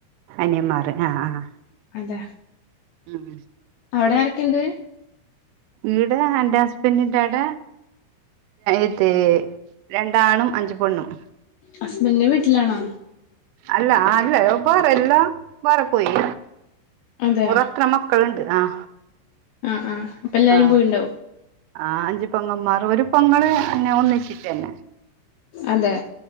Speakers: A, on the right; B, on the left.
A: അനിയന്മാർ ആഹ് ആ
B: അതെ
A: ഉം
B: അവിടെ ആരൊക്കെുണ്ട്
A: വഈട് എന്റെ അപ്പന്റെ അട ഇത് രണ്ടാണും അഞ്ചു പൊണ്ണും
B: ഹസ്ബൻഡിന്റെ വീട്ടിലാണോ
A: അല്ല അല്ല വേറെ എല്ലാ വേറെ പോയി
B: അതെ
A: ഒത്ര മക്കളുണ്ട് ആ
B: ആ ആ അപ്പൊ എല്ലാവാരും
A: ആ
B: പോയി ഉണ്ടാവും
A: ആ അഞ്ചു പൊങ്ങന്മാർ ഒരു പൊങ്ങൾ എന്നന്നെ ഒന്നിച്ചിട്ടന്നെ
B: അതെ